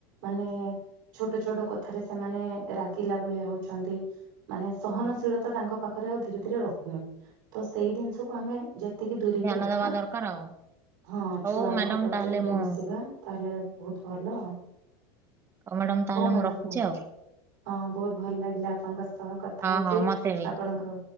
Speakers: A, on the right; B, on the right.
A: ମାନେ। ଛୋଟ ଛୋଟ କଥାରେ ସେମାନେ ରାଗିଲା ଭଳିଆ ହଉଛନ୍ତି। ମାନେ ସହନଶୀଳତା
B: ହଁ
A: ତାଙ୍କ ପାଖରେ ଆଉ ଧୀରେ ଧୀରେ ରହୁନି। ତ ସେଇ ଜିନିଷକୁ ଆମେ ଯେତିକି ଦୂରେଇକି
B: ଧ୍ୟାନ
A: ରଖିବା।
B: ଦବା ଦରକାର ଆଉ
A: ହଁ
B: ହଉ
A: ଛୁଆଙ୍କ
B: ମ୍ୟାଡାମ
A: ପ୍ରତି
B: ତାହେଲେ
A: ବି
B: ମୁଁ
A: ମିଶିବା ତାଲେ ବହୁତ୍ ଭଲ।
B: ମ୍ୟାଡ଼ାମ ତାହେଲେ
A: ହଉ ମ୍ୟାଡାମ
B: ମୁଁ ରଖୁଚି
A: ବହୁତ
B: ଆଉ।
A: ହଁ ବହୁତ ଭଲ ଲାଗିଲା ଆପଣଙ୍କ ସହ କଥା
B: ହଁ
A: ହେଇକି
B: ହଁ ମତେ ବି
A: ଆପଣଙ୍କ